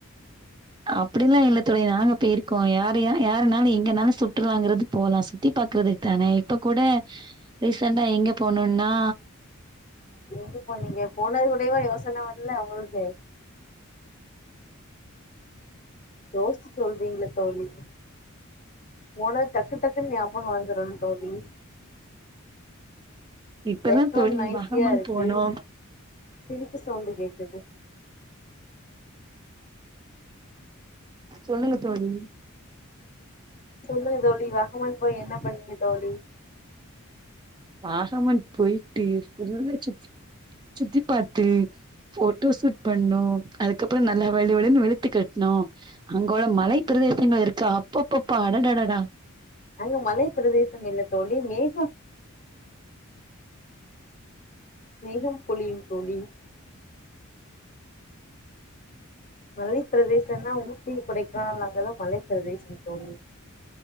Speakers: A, on the right; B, on the left.
A: அப்டிலா இல்ல தோழி நாங்க போயிருக்கோ யாரயா யாரனாலு எங்கனாலு சுட்டுருவாங்கறது போலா சுத்தி பாக்குறதுக்கு தானே இப்ப கூட ரீசென்டா எங்க போனோனா
B: எங்க போனீங்க போனது கூடயுவா யோசனை வர்ல உங்களுக்கு யோசிச்சு சொல்றீங்களே தோழி போனது டக்கு டக்கு டக்குனு ஞாபகம் வந்துரனு தோழி
A: இப்பதா
B: பேக்ரவுண்ட்
A: தோழி
B: நாய்ஸியா
A: வகமன்
B: இருக்கு
A: போனோ
B: சிரிப்பு சவுண்டு கேக்குது
A: சொல்லுங்க தோழி
B: சொல்லுங்க தோழி வகமன் போய் என்ன பண்ணிங்க தோழி
A: பாகமன் போயிட்டு ஃபுல்லா சுத்தி சுத்தி பார்த்து போட்டோ சூட் பண்ணோ அதுக்கப்புறோ நல்லா வெளு வெளுனு வெளுத்து கட்ணோ அங்க உள்ள மலை பிரதேசங்கள் இருக்கு அப்பப்பப்பா அடடடடா
B: அங்க மலை பிரதேசம் இல்ல தோழி மேகம் மேகம் பொழியு தோழி மலைப்பிரதேசனா ஊட்டி கொடைக்கானல் அங்கதா மலைப்பிரதேசம் தோழி